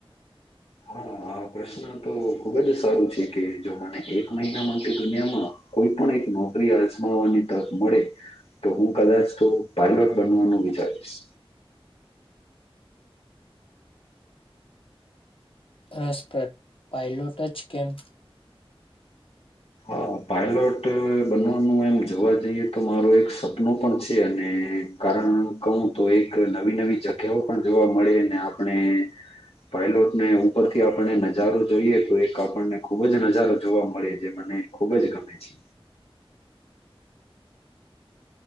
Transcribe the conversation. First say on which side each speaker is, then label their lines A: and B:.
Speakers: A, on the left (about 85°); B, on the left (about 65°).
A: <inaudible> આ પ્રશ્ન તો ખુબ જ સારું છે કે જો મને એક મહિના માટે દુનિયામાં કોઈ પણ એક નોકરી અજમાવવાની તક મળે. તો હું કદાચ તો પાયલોટ બનવાનું વિચારીશ.
B: રસપ્રદ પાયલોટ ચ કેમ?
A: હ પાયલોટ બનવાનું એમ જોવા જઈએ તો મારો એક સપનું પણ છે અને કારણ કહું તો એક નવી નવી જગ્યાઓ પણ જોવા મળે ને આપણે પાયલોટને ઉપરથી આપણને નજારો જોઈએ તો એક આપણને ખુબ જ નજારો જોવા મળે જે મને ખૂબ જ ગમે છે.